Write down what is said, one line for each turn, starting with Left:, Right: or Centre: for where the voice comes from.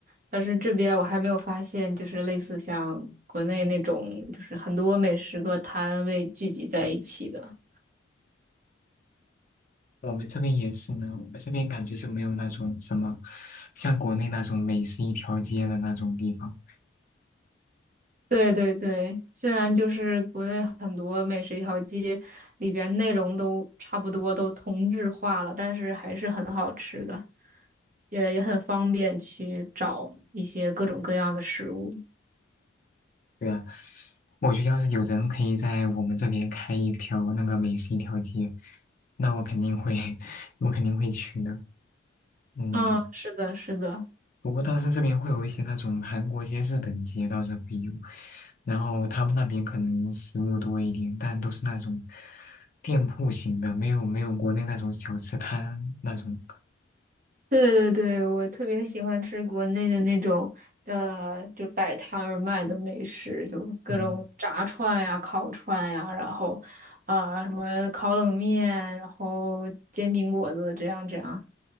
Right: 但是这边我还没有发现，就是类似像国内那种，就是很多美食个摊位聚集在一起的。
Left: 我们这边也是呢，我们这边感觉就没有那种什么，像国内那种美食一条街的那种地方。
Right: 对对对，虽然就是国内很多美食一条街里边内容都差不多，都同质化了，但是还是很好吃的，也也很方便去找一些各种各样的食物。
Left: 对啊，我觉得要是有人可以在我们这边开一条那个美食一条街，那我肯定会，<laughs> 我肯定会去的。嗯。
Right: 嗯，是的，是的，
Left: 不过当时这边会有一些那种韩国街、日本街倒是会有，然后他们那边可能食物多一点，但都是那种店铺型的，没有没有国内那种小吃摊那种。
Right: 对对对，我特别喜欢吃国内的那种呃，就摆摊儿卖的美食，就各种炸串呀、
Left: 嗯，
Right: 烤串呀，然后啊、呃什么烤冷面，然后煎饼果子这样这样。